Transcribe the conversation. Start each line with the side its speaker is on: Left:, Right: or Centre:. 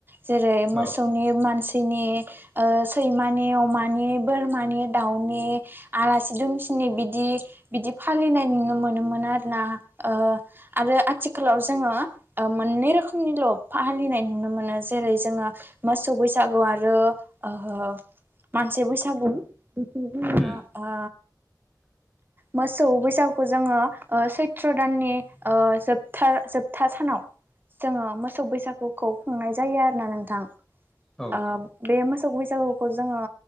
Right: जेरै मोसौनि
Centre: औ
Right: मान सिनि सैमानि, अमानि, बोरमानि, दाउनि, आलासि दुमसि बिदि बिदि फालिनाय नुनो मोनोमोन आरोना ओ आरो आथिखालाव जोंङो ओ मोननै रोखोमनिल' फालिनाय नुनो मोनो जेरै जोंङो मोसौ बैसागु आरो ओहो मानसि बैसागु <unintelligible>
Centre: उम
Right: ओ
Centre: <inaudible>
Right: मोसौ बैसागुखौ जोंङो ओ‌ सैत्र दाननि ओ जोबथा-जोबथा सानाव जोंङो मोसौ बैसागुखौ खुंनाय जायो आरोना नोंथां
Centre: औ
Right: ओ बे मो सौ बैसागुखौ जोंङो